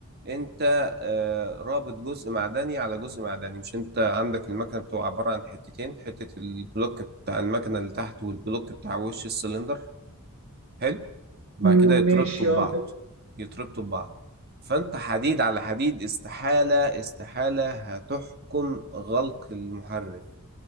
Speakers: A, on the right; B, on the right.
A: انت آه، رابط جزء معدني على جزء معدني مش انت عندك المكنه بتبقى عباره عن حتتين حته البلوك بتاع المكنه اللي تحت والبلوك بتاع وش السلندر حلو بعد
B: مم،
A: كده يتربطوا
B: ماشي
A: ببعض
B: اه
A: يتربطوا ببعض فانت حديد على حديد استحاله استحاله هتحكم غلق المحرك